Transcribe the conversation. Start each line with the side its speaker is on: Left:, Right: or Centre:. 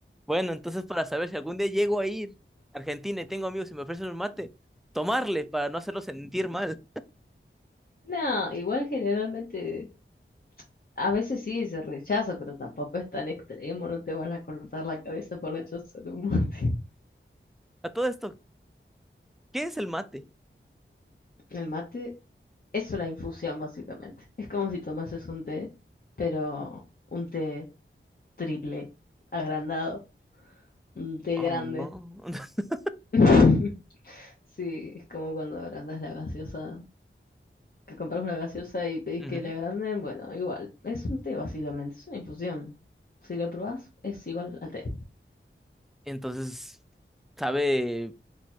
Centre: bueno, entonces para saber si algún día llego a ir a Argentina y tengo amigos y me ofrecen un mate, tomarle para no hacerlo sentir mal.
Left: No, igual generalmente. A veces sí se rechaza, pero tampoco es tan extremo, no te van a cortar la cabeza por rechazar un mate.
Centre: A todo esto, ¿qué es el mate?
Left: <laughs> El mate es una infusión, básicamente. Es como si tomases un té, pero un té triple, agrandado, un té
Centre: Oh.
Left: grande.
Centre: <laughs>
Left: <laughs> Sí, es como cuando agrandas la gaseosa, que compras una gaseosa y pedís
Centre: Ujú.
Left: que la agranden, bueno, igual, es un té básicamente, es una infusión. Si lo probás, es igual al té.
Centre: Entonces, sabe,